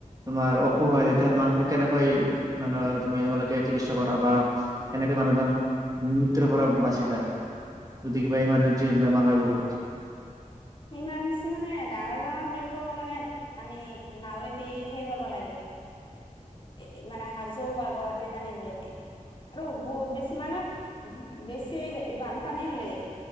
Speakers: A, on the right; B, on the left.
A: তোমাৰ অসুখ হয় যেতিয়া মানুহটো কেনেকৈ মানে তুমি তোমালোকে চিকিৎসা কৰা বা এনেকে মানুহজন মৃত্যুৰ পৰা বাছি যায়। যদি কিবা ইমাৰ্জেঞ্চি বেমাৰ হয় বহুত।
B: ইমাৰ্জেঞ্চি মানে ডাঙৰ বেমাৰ হ'লেতো মানে আমি নাওঁৱে দি সেই কৰ্বা লাগে। এ, এ মানে হাজো বা গুৱাহাটীত আনিব লাগে। আৰু বহুত বেছি মানে বেছি বানপানী হ'লে।